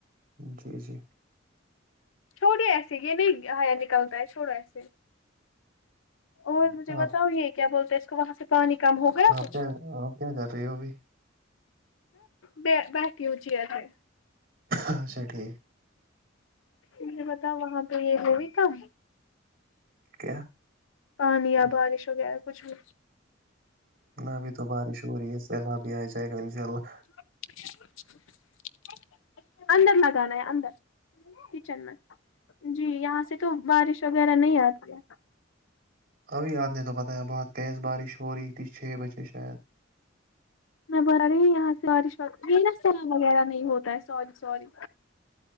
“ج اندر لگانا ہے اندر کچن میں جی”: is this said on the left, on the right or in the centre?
Left